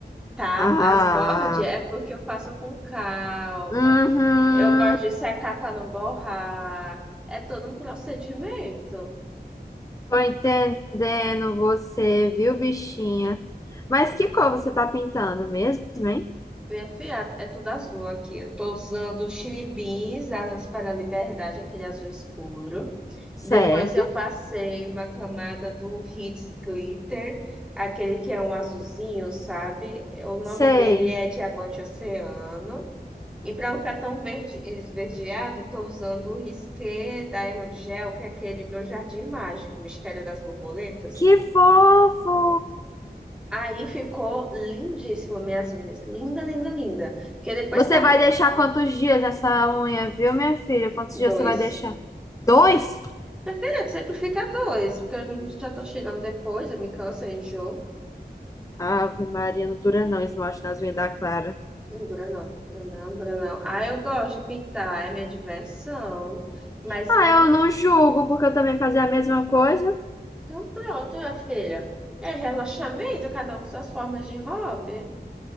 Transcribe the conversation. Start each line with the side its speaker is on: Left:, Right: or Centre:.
Centre: tá?
Left: Ah,
Centre: As bordes é porque eu faço com calma.
Left: uhum.
Centre: Eu gosto de secar pra não borrar. É todo um procedimento.
Left: Tô entendendo você, viu, bichinha? Mas que cor você tá pintando mesmo, hein?
Centre: Minha filha, é tudo azul aqui. Eu tô usando o Chili Beans, Asas para a Liberdade, aquele azul escuro.
Left: Certo?
Centre: Depois eu passei uma camada do Hits Glitter, aquele que é um azulzinho, sabe? O nome
Left: Sei.
Centre: dele é Diamante Oceano. E para não ficar tão verde, esverdeado, estou usando o Risqué Diamond Gel, que é aquele meu jardim mágico, Mistério das Borboletas.
Left: Que fofo!
Centre: Aí ficou lindíssimo minhas unhas. Linda, linda, linda. Porque depois
Left: Você
Centre: que a Arthur...
Left: vai deixar quantos dias essa unha, viu, minha filha? Quantos
Centre: Dois.
Left: dias você vai deixar? Dois?
Centre: Meu filho, sempre fica dois, porque eu já estou chegando depois, eu me canso, eu enjoo.
Left: Ave Maria, não dura não, esmalte nas unhas da Clara.
Centre: Hum, Dura não, dura não, dura não. Ah, eu gosto de pintar, é minha diversão. Mas
Left: Ah,
Centre: e aí?
Left: eu não julgo, porque eu também fazia a mesma coisa.
Centre: Então pronto, minha filha. É relaxamento, cada um com suas formas de hobby.